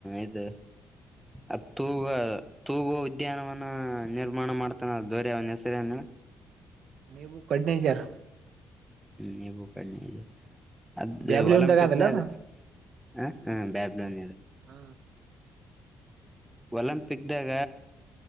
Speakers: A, in the centre; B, on the right (about 55°).
A: ಇದು ಅ ತೂಗ ತೂಗುವ ಉದ್ಯಾನವನ ನಿರ್ಮಾಣ ಮಾಡ್ತಾನ ದೊರೆ ಅವನ ಹೆಸರು ಅಂದ್ರೆ
B: ನೀವು ಕಡ್ನಜರ್
A: ನೀವೋ ಪಲ್ಲಿ ಅದ
B: ಬ್ಯಾಬಿಲೋನ್ದಾಗ
A: ಒಲಂಪಿಕ್ದಾಗ
B: ಅದಲ್ಲ ಅದ
A: ಹ ಹ ಬ್ಯಾಬ್ ಲನ
B: ಹ
A: ಒಲಂಪಿಕ್ ದಾಗ